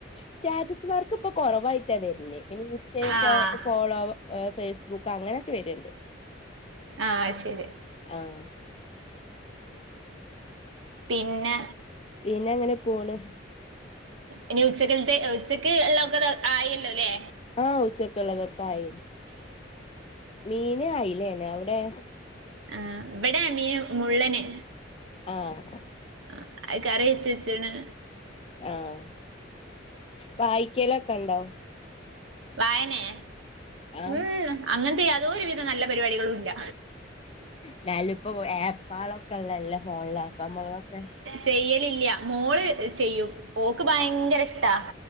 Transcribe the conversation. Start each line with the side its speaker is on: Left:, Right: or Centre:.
Left: സ്റ്റാറ്റസ് വർക്ക് ഇപ്പൊ കോറവായിട്ടാ വര്ണേ പിൻ ഇൻസ്റ്റേ ഫോ
Right: ആഹ്
Left: ഫോളോവ. എ ഫേസ്ബുക്ക് അങ്ങനെക്കെ വര്ണ്ട്.
Right: ആ അയ്ശേരി.
Left: ആഹ്.
Right: പിന്ന
Left: പിന്നെ അങ്ങനെ പോണ്.
Right: ഇനി ഉച്ചക്കൽത്തെ ഉച്ചക്ക് ഇള്ളതൊക്കെത് ആയില്ലോല്ലേ.
Left: ആഹ് ഉച്ചക്കുള്ളതൊക്കെ ആയിന് മീന് അയിലേണ് അവിടേ
Right: ആ ഇവടെ മീന് മുള്ളന്.
Left: ആഹ്.
Right: ആ അഹ് കറി വെച്ച്ച്ച്ണ്.
Left: ആഹ് വായിക്കലൊക്കെ ഇണ്ടോ
Right: വായനേ
Left: ആഹ്
Right: ഉം. അങ്ങനത്തെ യാതോരുവിധ നല്ല പരിപാടികളും ഇല്ല.
Left: ന്നാലുപ്പോ ഏപ്പാളോക്കെ ള്ളതെല്ലെ ഫോണിലോക്കെ അപ്പമ്മള്ക്കെ
Right: ചെയ്യലില്ല്യ, മോള് ചെയ്യും, ഓക്ക് ഭയങ്കര ഇഷ്ടാ.